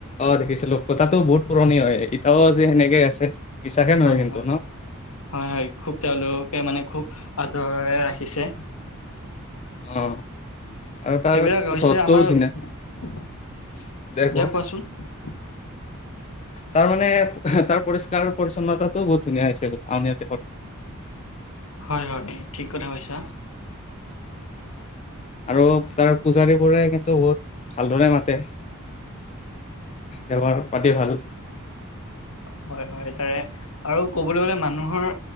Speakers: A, on the left; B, on the left.
A: অ', দেখিছিলোঁ তাতো বহুত পুৰণি হয় এতিয়াও আছে যে সেনেকে আছে। বিশ্বাসে নহয়
B: হয়,
A: কিন্তু
B: হয়,
A: ন
B: হয়, হয় খুব তেওঁলোক মানে খুব আদৰে ৰাখিছে।
A: অ। আৰু তাৰ
B: এইবিলাক হৈছে
A: চহৰটোও
B: আমাৰ
A: ধুনীয়া
B: দিয়া
A: দেখুৱা
B: কোৱাচোন হয়।
A: তাৰ মানে তাৰ পৰিষ্কাৰ পৰিচ্ছন্নতাটো বহুত ধুনীয়া হৈছে আনতে
B: হয়, হয় ঠিক কথা কৈছা।
A: আৰু তাৰ পূজাৰী বোৰে কিন্তু বহুত ভালদৰে মাতে। বৱহাৰ পাতি ভাল।
B: হয় হয় তাৰে আৰু ক'বলৈ গ'লে মানুহৰ